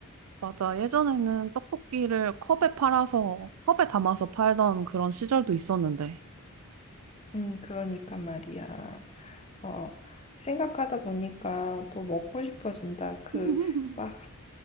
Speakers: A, on the right (about 80°); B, on the left (about 30°).
A: 맞아. 예전에는 떡볶이를 컵에 팔아서, 컵에 담아서 팔던 그런 시절도 있었는데.
B: 음, 그러니까 말이야. 어, 생각하다 보니까 또 먹고 싶어진다. 그막
A: <laughs>